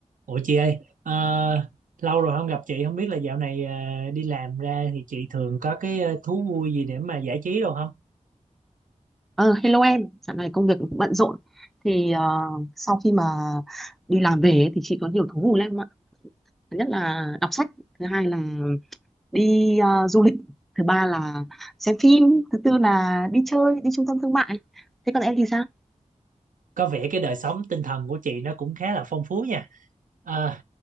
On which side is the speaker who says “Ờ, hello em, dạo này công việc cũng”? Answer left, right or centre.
Centre